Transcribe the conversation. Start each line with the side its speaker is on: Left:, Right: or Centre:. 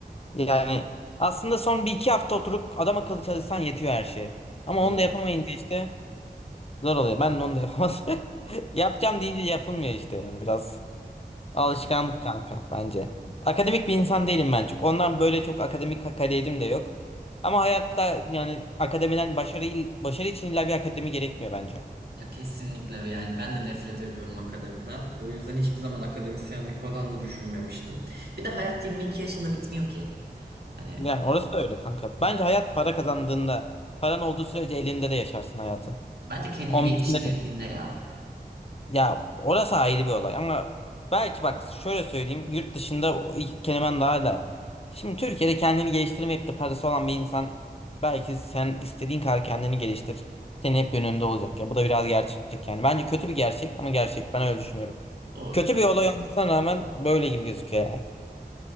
Left: Yani aslında son bir iki hafta oturup adam akıllı çalışsan yetiyor her şeye. Ama
Right: doğru.
Left: onu da yapamayınca işte zor oluyor. Ben de onu da yapamadım. <laughs> Yapacağım deyince yapılmıyor işte ya biraz. Alışkanlık
Right: Ya,
Left: kanka bence. Akademik bir insan değilim ben çok. Ondan böyle çok akademik ka- kariyerim de yok. Ama hayatta yani akademiden başarı, il- başarı için illa bir akademi gerekmiyor bence.
Right: ya kesinlikle yani ben de nefret ediyorum akademiden. O yüzden hiçbir zaman akademisyenlik falan da düşünmemiştim. Bir de hayat 22 yaşında bitmiyor ki. Hani
Left: Yani orası da öyle kanka. Bence hayat para kazandığında, paran olduğu sürece elinde de yaşarsın hayatı.
Right: bence kendini
Left: 15'inde
Right: geliştirdiğinde
Left: de.
Right: ya.
Left: Ya orası ayrı bir olay ama belki bak şöyle söyleyeyim yurt dışında o iki kelimen daha da şimdi Türkiye'de kendini geliştirmeyip de parası olan bir insan belki sen istediğin kadar kendini geliştir senin hep önünde olacak ya bu da biraz gerçek yani bence kötü bir gerçek ama gerçek ben öyle düşünüyorum.
Right: Doğru.
Left: Kötü bir olay olmasına rağmen böyle gibi gözüküyor